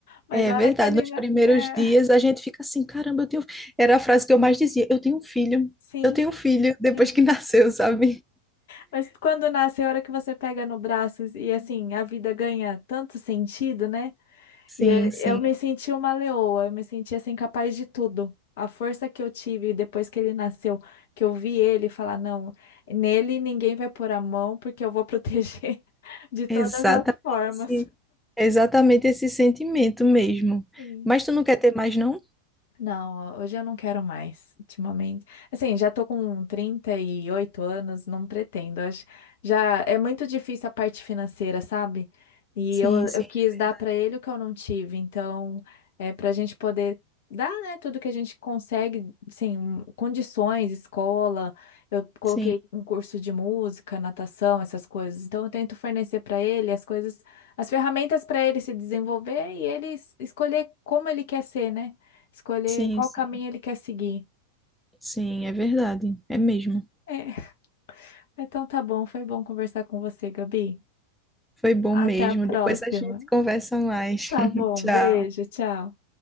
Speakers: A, on the left (about 55°); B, in the centre.
A: Mas
B: É
A: a
B: verdade.
A: hora que ele.
B: Nos
A: na-
B: primeiros
A: É,
B: dias a gente fica assim, caramba, eu tenho. Era a frase que eu mais dizia, eu tenho um filho,
A: sim,
B: eu tenho um filho, depois
A: sim.
B: que <laughs> nasceu, sabe?
A: Mas quando nasce, é a hora que você pega no braço e assim, a vida ganha tanto sentido, né?
B: Sim,
A: E é-
B: sim.
A: eu me senti uma leoa, eu me senti assim capaz de tudo. A força que eu tive depois que ele nasceu, que eu vi ele falar, não, nele ninguém vai pôr a mão porque eu vou proteger <laughs> de todas
B: Exatamente
A: as formas.
B: esse, exatamente esse sentimento mesmo.
A: Sim.
B: Mas tu não quer ter mais, não?
A: Não, hoje eu não quero mais, ultimamente. Assim, já tô com 38 anos, não pretendo. Acho, já é muito difícil a parte financeira, sabe? E
B: Sim,
A: eu,
B: sim,
A: eu quis
B: é
A: dar
B: verdade.
A: para ele o que eu não tive. Então, é para a gente poder dar, né, tudo que a gente consegue, assim, um- condições, escola. Eu coloquei
B: Sim,
A: um curso de música, natação, essas coisas. Então, eu tento fornecer para ele as coisas, as ferramentas para ele se desenvolver e ele es- escolher como ele quer ser, né? Escolher
B: sim,
A: qual
B: sim,
A: caminho ele quer seguir.
B: sim, é verdade. É mesmo.
A: É, então tá bom, foi bom conversar com você, Gabi.
B: Foi bom mesmo.
A: Até a próxima.
B: Depois a gente conversa mais.
A: Tá
B: <laughs>
A: bom,
B: Tchau.
A: beijo, tchau.